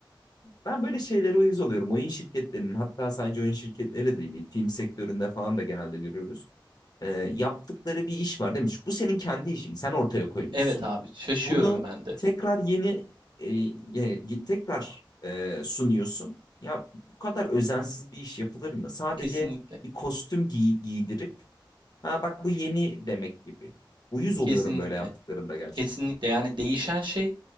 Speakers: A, on the left; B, on the right.
A: Ben böyle şeylere uyuz oluyorum. Oyun şirketlerinin hatta sadece oyun şirketleri değil film sektöründe falan da genelde görüyoruz. E, yaptıkları bir iş var demiş. Bu senin kendi işin. Sen ortaya koymuşsun.
B: Evet abi şaşıyorum
A: Bunu
B: ben de.
A: tekrar yeni e, e, tekrar e, sunuyorsun. Ya bu kadar özensiz bir iş yapılır mı? Sadece
B: Kesinlikle.
A: bir kostüm giy- giydirip ha bak bu yeni demek gibi. Uyuz oluyorum
B: Kesinlikle.
A: böyle yaptıklarında gerçekten.
B: Kesinlikle yani değişen şey